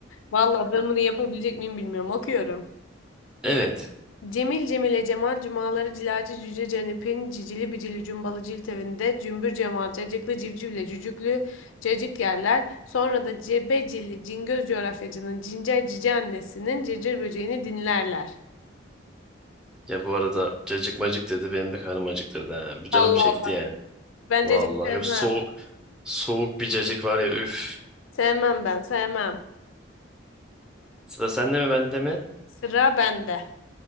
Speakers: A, on the left (about 75°); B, in the centre.
A: Vallahi ben bunu yapabilecek miyim bilmiyorum. Okuyorum.
B: Evet.
A: Cemil Cemile Cemal cumaları cilacı cüce cenipin cicili bicili cumbalı cilt evinde cümbür cemal cacıklı civcivle cücüklü cacık yerler. Sonra da cebecili cingöz coğrafyacının cincer cici annesinin cırcır böceğini dinlerler.
B: Ya bu arada cacık macık dedi benim de karnım acıktırdı ha. Bir canım
A: Allah
B: çekti
A: Allah.
B: yani.
A: Ben
B: Vallahi
A: cacık sevmem.
B: şu soğuk soğuk bir cacık var ya üf.
A: Sevmem ben sevmem.
B: Sıra sende mi bende mi?
A: Sıra bende.